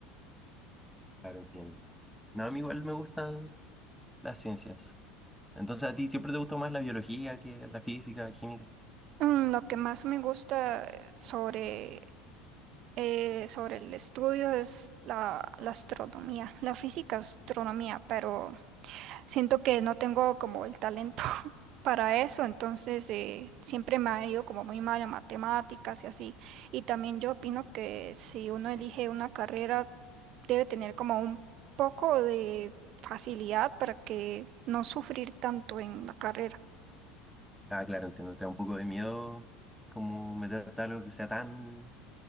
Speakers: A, in the centre; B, on the right (about 55°).
A: Ahora entiendo. No, a mí igual me gustan las ciencias. Entonces, ¿a ti siempre te gustó más la biología que la física, la química?
B: Mm, Lo que más me gusta eh, sobre, eh, sobre el estudio es la, la astronomía, la física astronomía, pero Siento que no tengo como el talento <laughs> para eso, entonces eh, siempre me ha ido como muy mal en matemáticas y así. Y también yo opino que si uno elige una carrera, debe tener como un poco de facilidad para que no sufrir tanto en la carrera.
A: Ah, claro, entiendo. Te da un poco de miedo como meterte a algo que sea tan